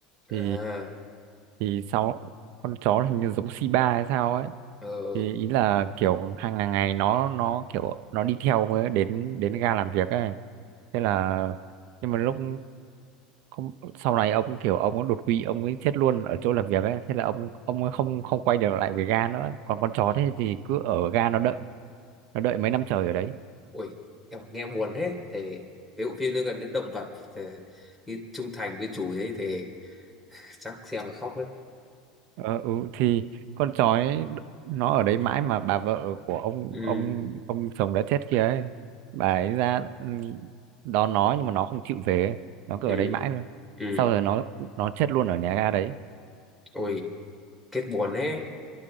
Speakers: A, in the centre; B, on the right.
A: à
B: thì thì sau con chó hình như giống Shiba hay sao ấy
A: ờ
B: thì ý là kiểu hàng ngày ngày nó nó kiểu nó đi theo với đến đến ga làm việc ấy thế là nhưng mà lúc không sau này ông kiểu ông có đột quỵ ông ấy chết luôn ở chỗ làm việc ấy thế là ông ông ấy không không quay được lại về ga nữa còn con chó thế thì cứ ở ga nó đợi nó đợi mấy năm trời ở đấy
A: ui em nghe buồn thế thì cái bộ phim nó gần đến động vật thì, như trung thành với chủ thế thì chắc xem là khóc đấy
B: Ờ, ừ, thì con sói nó ở đấy mãi mà bà vợ của ông
A: ừ
B: ông ông chồng đã chết kia ấy bà ấy ra ừ, đón nó nhưng mà nó không chịu về ấy. nó cứ
A: ừ
B: ở đấy mãi thôi
A: ừ
B: sau rồi nó nó chết luôn ở nhà ga đấy
A: ui kết buồn thế